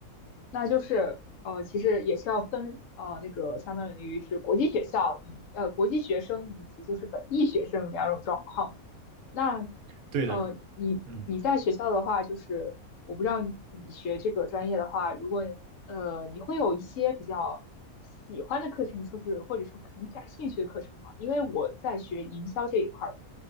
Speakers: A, on the left; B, on the right.
A: 那就是呃，其实也是要分呃，那个相当于是国际学校以呃国际学生以及就是本地学生两种状况。那
B: 对的，
A: 呃，你你在学校的话，
B: 嗯
A: 就是我不知道你学这个专业的话，如果呃你会有一些比较喜欢的课程，说是或者说很感兴趣的课程吗？因为我在学营销这一块儿